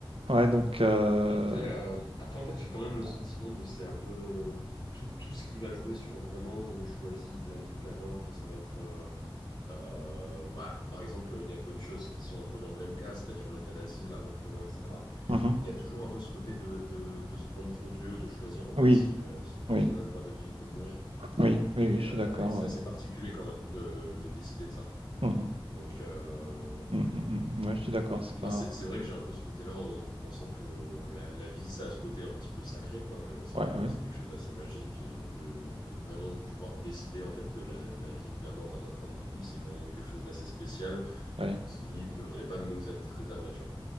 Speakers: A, on the right; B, on the left.
A: ouais, donc euh,
B: Après, euh, après, en fait, j'ai quand même
A: non.
B: le sentiment de c'est un peu euh, tout, tout ce qui va jouer sur vraiment on choisit de la vie ou de la mort, que ça va être. euh, euh, bah, par exemple, il y a d'autres choses qui sont un peu dans le même cas, c'est-à-dire l'euthanasie, l'avortement, etc.
A: Mhm.
B: Il y a toujours un peu ce côté de, de, de se prendre pour Dieu, de choisir en fait
A: Oui,
B: si, euh, si une personne
A: oui,
B: a le droit de vivre ou de mourir.
A: oui, oui,
B: Et,
A: oui,
B: euh,
A: je suis d'accord.
B: et c'est
A: ouais.
B: assez particulier quand même de, de décider de ça.
A: Mhm.
B: Donc, euh,
A: Mmh, mmh, mmh. Ouais, je suis d'accord,
B: M-
A: c'est
B: Moi,
A: pas
B: c'est c'est vrai que j'ai un peu ce côté-là en pensant que euh, la, la vie, ça a ce côté un petit peu sacré, quoi, que c'est
A: ouais, ouais,
B: c'est quelque chose d'assez magique et de, de vraiment de pouvoir décider en fait de la, la vie ou de la mort d'un autre individu, c'est quand même quelque chose d'assez spécial
A: ouais.
B: qui devrait pas nous être réservé, tu vois.